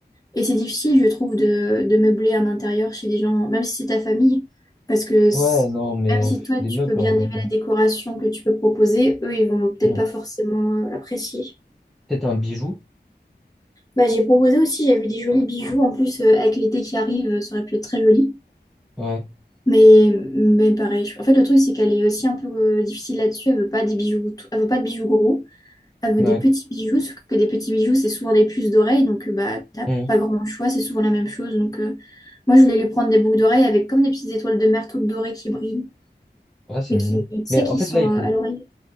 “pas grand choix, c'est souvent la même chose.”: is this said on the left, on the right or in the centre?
Left